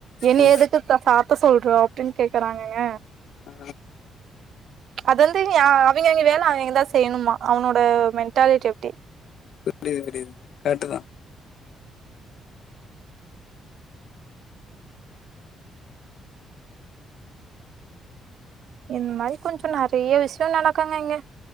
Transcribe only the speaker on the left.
ஆ
ஆ
புரியிது புரியிது கரெக்ட்டுதா